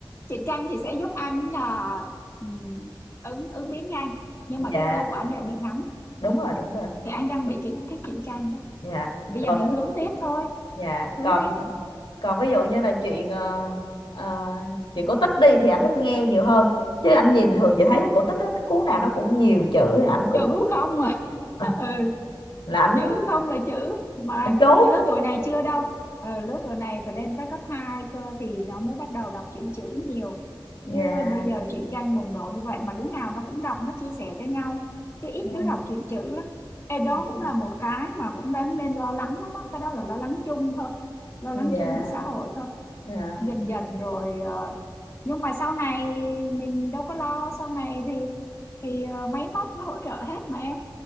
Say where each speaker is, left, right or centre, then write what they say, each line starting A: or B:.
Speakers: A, on the left (about 30°); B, on the left (about 70°).
A: truyện tranh thì sẽ giúp anh là ừm, ứng ứng biến nhanh nhưng mà
B: dạ
A: cái câu của anh lại bị ngắn
B: đúng rồi đúng rồi
A: thì anh đang bị truyện thích truyện tranh đó
B: dạ
A: Thì bây
B: rồi
A: giờ mình hướng tiếp thôi
B: dạ
A: hướng
B: còn
A: tiếp
B: còn ví dụ như là chuyện ờ, ờ, chuyện cổ tích đi thì anh thích nghe nhiều hơn chứ anh nhìn thường chỉ thấy cổ tích đó cái cuốn nào nó cũng nhiều chữ thì anh cũng
A: chữ không à
B: ờ,
A: <laughs> ừ
B: là anh
A: chữ không là chữ mà
B: anh chốt
A: cái lứa tuổi này chưa đâu Ờ, lứa tuổi này phải lên tới cấp 2 cơ thì nó mới bắt đầu đọc truyện chữ nhiều
B: dạ
A: chứ bây giờ truyện tranh bùng nổ như vậy mà đứa nào nó cũng đọc nó chia sẻ cho nhau chứ ít
B: ừ,
A: đứa đọc truyện chữ lắm Ê, đó
B: đúng
A: cũng
B: rồi
A: là một cái mà cũng đáng nên lo lắng lắm á cái đó là lo lắng chung thôi lo
B: dạ
A: lắng chung của xã hội thôi
B: dạ
A: dần dần rồi ờ, nhưng mà sau này mình đâu có lo sau này thì thì ờ, máy móc nó hỗ trợ hết mà em